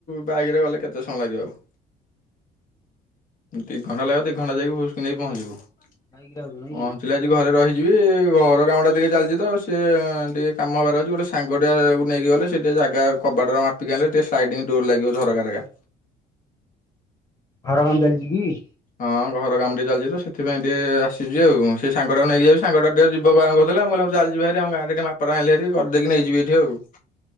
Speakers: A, on the left (about 50°); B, on the left (about 20°).
A: ବାଇକରେ ଗଲେ କେତେ ସମୟ ଲାଗିବ ଆଉ? ଦୁଇ ଘଣ୍ଟା ଲାଗିବ ଦୁଇ ଘଣ୍ଟା ଯାଇକି ଭୁସ୍କୁ ନେଇ ପହଞ୍ଚିଯିବୁ।
B: ଭାଇକି ରହୁଛ ନାଇଁ
A: ପହଞ୍ଚିଲି
B: କି?
A: ଆଜି ଘରେ ରହିଯିବି ଘର କାମ ଟା ଟିକେ ଚାଲିଛି ତ? ସେ ଟିକେ କାମବାର ଅଛି ଗୋଟେ ସାଙ୍ଗଟିଆ ନେଇକି ଗଲେ ସେଟିକେ ଜାଗା କବାଟା ମାପିକି ଆଣିଲେ ଟିକେ ସ୍ଲାଇଡିଙ୍ଗ ଡୋର ଲାଗିବ ଝରକାଗୁରା।
B: ଘର କାମ ଚାଲିଛି କି?
A: ହଁ ଘର କାମ ଟିକେ ଚାଲିଛି ତ ସେଥିପାଇ ଟିକେ ଆସିବି ଆଉ ସେ ସାଙ୍ଗଟା ନେଇକି ଯିବି ସାଙ୍ଗଟା ଟିକେ ଯିବ କହୁଥିଲା ଭ ଚାଲିଯିବାର ଆମ ଗାଁରେ ଟିକେ ମାପରା ଆଣିଲେ କରିଦେଇକି ନେଇଯିବ ଏଠି ଆଉ।